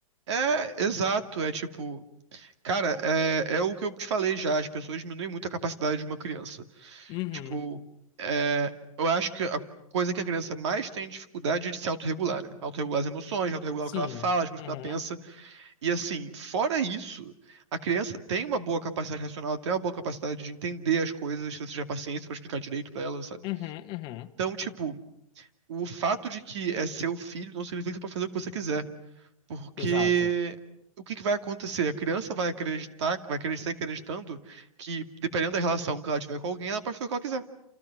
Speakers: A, on the right (about 55°); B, on the left (about 25°).
A: É, exato, é tipo, cara, é, é o que eu te falei já, as pessoas diminuem muito a capacidade de uma criança.
B: Uhum.
A: Tipo, é, eu acho que a coisa que a criança mais tem dificuldade é de se autorregular, né? Autorregular as emoções, autorregular
B: Sim.
A: o que ela fala, as coisas
B: Uhum.
A: que ela pensa. E assim, fora isso, a criança tem uma boa capacidade racional, até uma boa capacidade de entender as coisas, se você tiver paciência pra explicar direito pra ela, sabe?
B: Uhum. Uhum.
A: Então, tipo, o fato de que é seu filho não significa que você pode fazer o que você quiser, porque
B: Exato.
A: o que que vai acontecer? A criança vai acreditar, vai crescer acreditando que, dependendo da relação que ela tiver com alguém, ela pode fazer o que ela quiser.